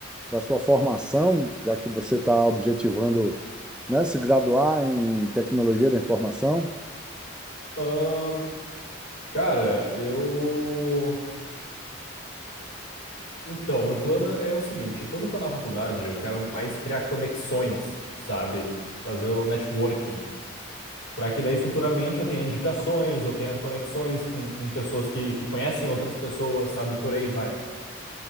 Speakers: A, in the centre; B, on the left.
A: para sua formação, já que você está objetivando, né, se graduar em tecnologia da informação?
B: Ahn, cara, eu. Então, meu plano é o seguinte: enquanto eu tô na faculdade, eu quero mais criar conexões, sabe? Fazer o networking. Para que daí futuramente eu tenha indicações, eu tenha conexões com pessoas que, que conhecem outras pessoas, sabe? Por aí vai.